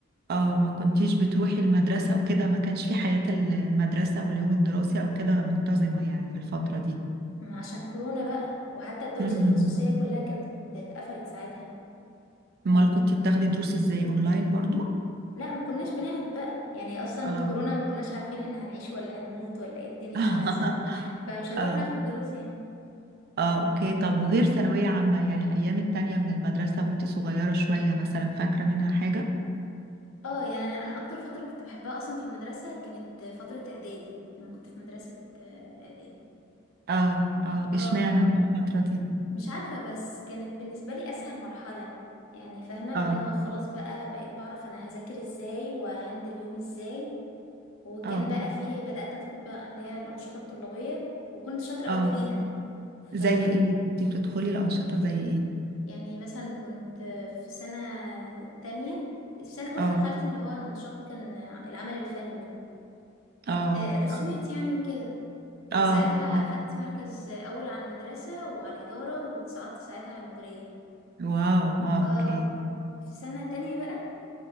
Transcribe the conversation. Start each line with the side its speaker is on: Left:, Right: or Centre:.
Right: اه ما كنتيش بتروحي المدرسة وكده ما كانش في حياة المدرسة واليوم الدراسي او كده منتظمة يعني في الفترة دي
Left: ما عشان كورونا بقى وحتى الدروس
Right: امم
Left: الخصوصيه كلها كانت اتقفلت ساعتها
Right: امال كنتي بتاخدي دروس ازاي اونلاين برضو
Left: لا ما كناش بناخد بقى يعني اصلا
Right: اه
Left: كورونا ما كناش عارفين احنا هنعيش ولا هنموت ولا ايه الدنيا
Right: <laughs>
Left: هتحصل فمش هنروح
Right: اه
Left: ناخد دروس يعني
Right: اه اوكي طب وغير ثانوية عامة يعني الأيام التانية من المدرسة وانت صغيرة شوية مثلا فاكرة منها حاجة؟
Left: اه يعني انا أنا اكتر فتره كنت بحبها اصلا في المدرسه كانت فتره اعدادي لما كنت في مدرسه آه، اعدادي
Right: اه اه
Left: اه
Right: اشمعنى في الفترة دي؟
Left: مش عارفه بس كانت بالنسبه لي اسهل مرحله يعني فاهمه اللي
Right: اه
Left: هو انا خلاص بقى بقيت بعرف انا هذاكر ازاي وهندل يومي ازاي وكان
Right: اه
Left: بقى فيه بدات ادخل بقى اللي هي الانشطه الطلابيه وكنت شاطره قوي
Right: اه
Left: فيها ف
Right: زي ايه؟ انت بتدخلي الأنشطة زي ايه؟
Left: يعني مثلا كنت في سنه تانية في سنه اولى
Right: اه
Left: دخلت اللي هو النشاط كان العمل الفني
Right: اه
Left: الرسومات
Right: اه
Left: يعني وكده وساعتها
Right: اه
Left: أخدت
Right: اه
Left: مركز أول على المدرسة وعلى الإدارة واتصعدت ساعتها على المديرية
Right: واو اه
Left: اه
Right: اوكي
Left: في سنة تانية بقى